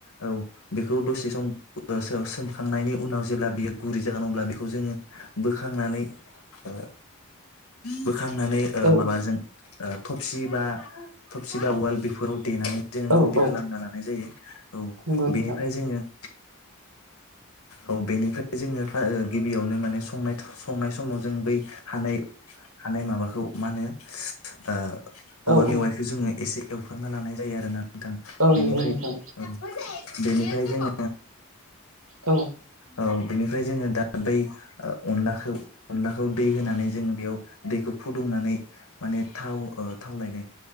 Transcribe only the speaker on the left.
औ बेखौ दसे सम सोमखांनायनि उनाव जेब्ला बियो गुरै जागोन अब्ला बेखौ जोङो बोखांनानै ओ बोखांनानै ओ
माबाजों। ओ थफसि बा थबसि बा वाल बेफोराव देनानै। जोङो
गुदि
खालामना लानाय जायो औ
बेनिफ्राय जोङो। औ बेनिफ्राय जोङो फा ओ गिबियावनो माने संनायथ संनाय समाव जो जों बै हानाय-हानाय माबाखौ मा होनो ओ औवा
मेवाइखौ जोङो एसे एवफ्रना लानाय जायो आरोना नोंथां
बेनिफ्राय
बेनिखाय जोङो
औ बिनिफ्राय जोङो दा बै ओ अनलाखौ। अनलाखौ दै होनानै जोङो बेयाव दैखौ फुदुंनानै। माने थाव ओ थाव लायनो